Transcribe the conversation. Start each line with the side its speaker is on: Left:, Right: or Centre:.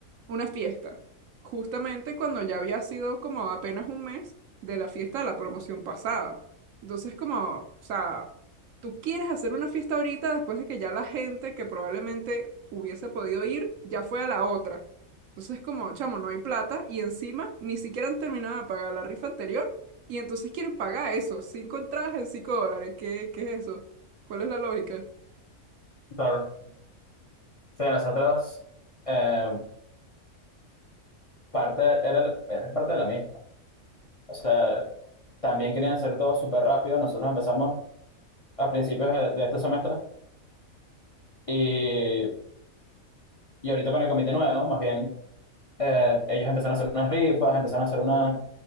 Right: una fiesta, justamente cuando ya había sido como apenas un mes de la fiesta de la promoción pasada. Entonces como, o sea, tú quieres hacer una fiesta ahorita después de que ya la gente que probablemente hubiese podido ir ya fue a la otra. Entonces, como, chamo, no hay plata y encima ni siquiera han terminado de pagar la rifa anterior y entonces quieren pagar eso, cinco entradas en cinco dólares. ¿Qué, qué es eso? ¿Cuál es la lógica?
Left: Claro. Sí, nosotros, eh, parte, era, era parte de la misma. O sea, también querían hacer todo súper rápido. Nosotros empezamos a principios de, de este semestre y, y ahorita con el comité nuevo, más bien. Eh, ellos empezaron a hacer unas rifas, empezaron a hacer una,